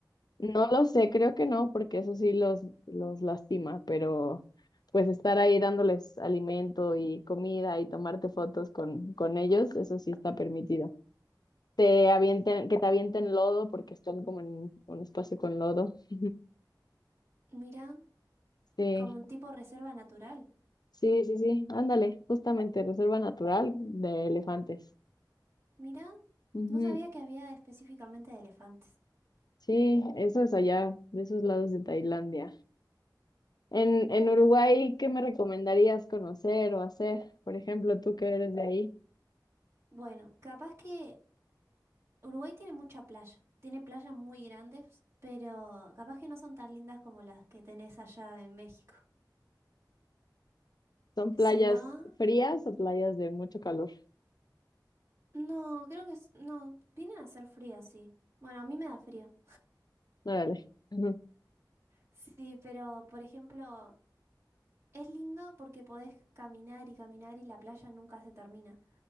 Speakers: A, on the left (about 60°); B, on the right (about 35°).
A: No lo sé, creo que no, porque eso sí los, los lastima, pero pues estar ahí dándoles alimento y comida y tomarte fotos con, con ellos, eso sí está permitido. Te avienten, que te avienten lodo porque están como en un espacio con lodo. <laughs>
B: Mira.
A: Sí,
B: Como un tipo reserva natural.
A: sí, sí, sí, ándale, justamente, reserva natural de elefantes.
B: Mira,
A: Ujú,
B: no sabía que había específicamente de elefantes.
A: Sí, eso es allá, de esos lados de Tailandia. En, en Uruguay, ¿qué me recomendarías conocer o hacer? Por ejemplo, tú que eres de ahí.
B: Bueno, capaz que Uruguay tiene mucha playa. Tiene playas muy grandes, pero capaz que no son tan lindas como las que tenés allá en México.
A: ¿Son playas
B: Si no,
A: frías o playas de mucho calor?
B: no, creo que es- no, vienen a ser frías, sí. Bueno, a mí me da frío.
A: Órale. Ujú.
B: Sí, pero por ejemplo, es lindo porque podés caminar y caminar y la playa nunca se termina.